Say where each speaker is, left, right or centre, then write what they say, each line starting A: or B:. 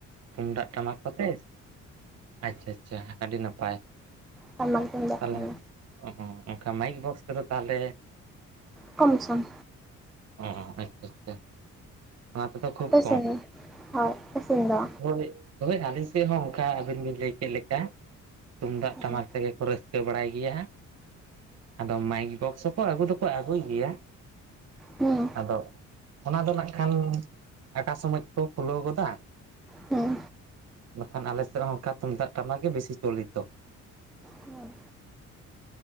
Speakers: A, on the right (about 55°); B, in the centre.
A: ᱛᱩᱢᱫᱟᱜ ᱴᱟᱢᱟᱠ ᱠᱚᱛᱮ? ᱟᱪᱪᱷᱟ ᱟᱪᱪᱷᱟ ᱟᱹᱰᱤ ᱱᱟᱯᱟᱭ
B: ᱴᱟᱢᱟᱠ ᱛᱩᱢᱫᱟᱜ
A: ᱛᱟᱦᱚᱞᱮ
B: ᱛᱮᱜᱮ
A: ᱚ ᱦᱚᱸ ᱚᱱᱠᱟ ᱢᱟᱭᱤᱠ ᱵᱚᱠᱥ ᱛᱮᱫᱚ ᱛᱟᱦᱚᱞᱮ
B: ᱠᱚᱢ ᱥᱚᱝ
A: ᱚ ᱟᱪᱪᱷᱟ ᱟᱪᱪᱷᱟ ᱚᱱᱟ ᱠᱚ ᱫᱚ ᱠᱷᱩᱵ
B: ᱟᱯᱮ ᱥᱮᱱ
A: ᱠᱚᱢ,
B: ᱦᱳᱭ ᱟᱯᱮ ᱥᱮᱱ ᱫᱚ
A: ᱦᱳᱭ ᱦᱳᱭ ᱟᱞᱮ ᱥᱮᱫ ᱦᱚᱸ ᱚᱱᱠᱟ ᱟᱹᱵᱤᱱ ᱵᱤᱱ ᱞᱟᱹᱭ ᱠᱮᱫ ᱞᱮᱠᱟ ᱛᱩᱢᱫᱟᱜ
B: ᱦᱮᱸ
A: ᱴᱟᱢᱟᱠ ᱛᱮᱜᱮ ᱠᱚ ᱨᱟᱹᱥᱠᱟᱹ ᱵᱟᱲᱟᱭ ᱜᱮᱭᱟ ᱟᱫᱚ ᱢᱟᱭᱤᱠ ᱵᱚᱠᱥ ᱦᱚᱸᱠᱚ ᱟᱹᱜᱩ ᱫᱚᱠᱚ ᱟᱹᱜᱩᱭ ᱜᱮᱭᱟ
B: ᱦᱮᱸ
A: ᱛᱚ ᱚᱱᱟ ᱫᱚ ᱱᱟᱜᱠᱷᱟᱱ ᱟᱠᱟ ᱥᱚᱢᱚᱭ ᱠᱚ ᱠᱷᱩᱞᱟᱹᱣ ᱜᱚᱫᱟ
B: ᱦᱮᱸ
A: ᱵᱟᱠᱷᱟᱱ ᱟᱞᱮ ᱥᱮᱫ ᱦᱚᱸ ᱚᱱᱠᱟ ᱛᱩᱢᱫᱟᱜ ᱴᱟᱢᱟ ᱜᱮ ᱵᱮᱥᱤ ᱪᱚᱞᱤᱛᱚ
B: ᱦᱩᱸ